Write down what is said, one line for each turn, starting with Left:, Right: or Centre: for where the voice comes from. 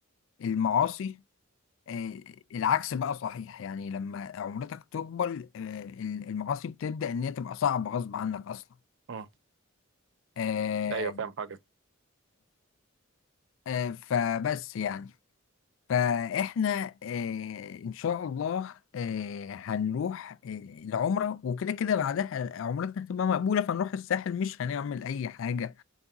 Left: المعاصي آه، العكس بقى صحيح يعني لما عمرتك تكبر آه، المعاصي بتبدأ ان هي تبقى صعبة غصب عنك اصلا
Right: مم.
Left: آه،
Right: ايوه فاهم حاجة
Left: آه، فبس يعني فاحنا آه، ان شاء الله آه، هنروح آه، العمرة وكده كده بعدها عمرتنا هتبقى مقبولة فنروح الساحل مش هنعمل اي حاجة